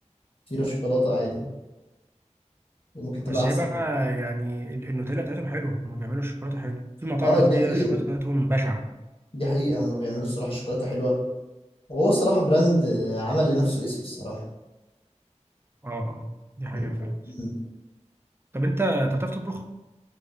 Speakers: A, on the left (about 50°); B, on the right (about 20°).
A: سيرة شوكولاتة عادي وممكن تبقى
B: بس
A: أحسن
B: هي بقى
A: كمان
B: يعني ال- النوتيلا بتاعتهم حلوه هم بيعملوا الشوكولاته حلوه في مطاعم
A: اه
B: هتلاقي
A: دي حقيقة
B: الشوكولاته بتاعتهم بشعه
A: دي حقيقة هما بيعملوا الصراحة شوكولاتة حلوة وهو الصراحة براند آه، عمل لنفسه اسم الصراحة
B: اه آه، دي حقيقه
A: بالظبط
B: فعلا
A: مم.
B: طب انت أنت بتعرف تطبخ